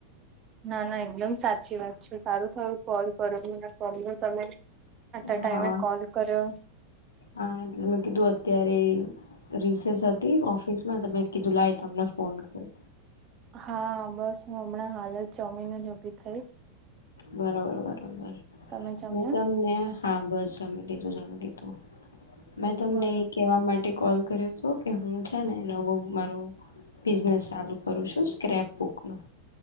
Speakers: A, on the right; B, on the left.
A: ના ના એકદમ સાચી વાત છે સારું થયું કોલ કરો મને કો તમે. આટલા
B: હા
A: ટાઈમે કોલ કર્યો.
B: હા એટલે મેં કીધું અત્યારે. રિસેસ હતી ઓફિસ માં તમે કીધું લાય તમને ફોન કરું.
A: હા બસ હું હમણાં હાલ જ જમીને જ ઊભી થઈ.
B: બરોબર બરોબર
A: તમે જમ્યા?
B: હું તમને હા બસ જમી લીધુ જમી લીધું. મેં તમને
A: બરોબર
B: કેવા માટે કોલ કર્યો. જોકે હું છે ને નવો મારો બિઝનેસ ચાલુ કરું છું સ્ક્રેપ બુક નું.